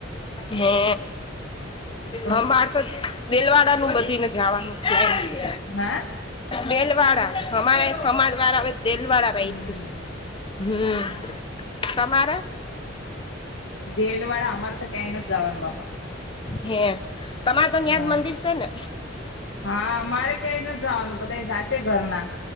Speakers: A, on the left (about 25°); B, on the left (about 70°).
A: હે
B: તો
A: હ બાર દેલવાડા નું બધી ને જવાનું ફમ છે
B: હેઅ
A: દેલવાડા અમારે સમાજ વાળા હ દેલવાડા
B: હમ
A: રાયખ્યું હમ તમારે
B: દેલવાડા અમારે તો ક્યાઈ નથી જવાનું બાપા
A: હે તમાર તો ન્યાજ
B: હા
A: મંદિર છે ને
B: હા મારે ક્યાંય નથી જવાનું બધા જાશે ઘરના